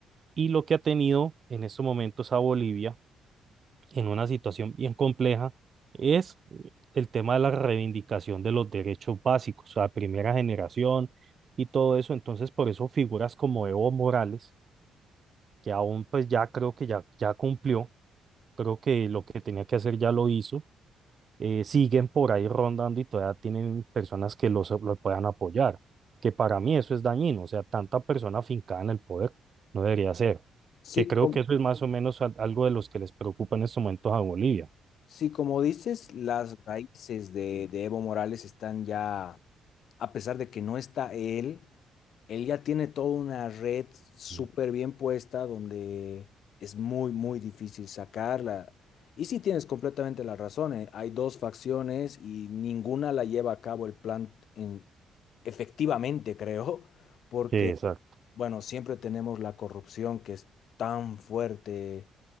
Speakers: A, on the right; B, on the left.
A: y lo que ha tenido en estos momentos a Bolivia en una situación bien compleja es el tema de la reivindicación de los derechos básicos, o sea, primera generación y todo eso. Entonces, por eso figuras como Evo Morales, que aún pues ya creo que ya, ya cumplió, creo que lo que tenía que hacer ya lo hizo, eh, siguen por ahí rondando y todavía tienen personas que los, lo puedan apoyar, que para mí eso es dañino, o sea, tanta persona afincada en el poder no debería ser,
B: Sí,
A: que creo
B: como,
A: que eso es más o menos al- algo de los que les preocupa en estos momentos a Bolivia.
B: sí, como dices, las raíces de, de Evo Morales están ya a pesar de que no está él, él ya tiene toda una red súper
A: Ujú.
B: bien puesta donde es muy, muy difícil sacarla. Y sí tienes completamente la razón, eh, Hay dos facciones y ninguna la lleva a cabo el plan en- efectivamente, creo, porque,
A: Que exacto.
B: bueno, siempre tenemos la corrupción que es tan fuerte